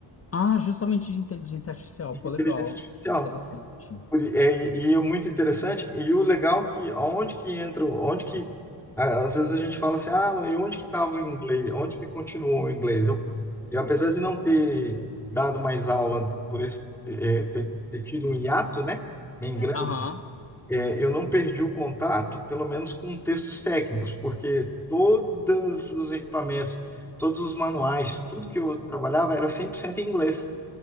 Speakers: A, on the left (about 30°); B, in the centre.
A: Ah, justamente de inteligência artificial.
B: de
A: Foi
B: Inteligência
A: legal.
B: artificial.
A: Interessante.
B: Por- é, E é muito interessante, e o legal é que onde que entra, onde que a- às vezes a gente fala assim, ah, e onde que estava o inglês? Onde que continuou o inglês? Eu, eu apesar de não ter dado mais aula por esse, é, ter, ter tido um hiato, né? Bem grande
A: Aham.
B: é, eu não perdi o contato, pelo menos com textos técnicos, porque todos os equipamentos, todos os manuais, tudo que eu trabalhava era 100% em inglês.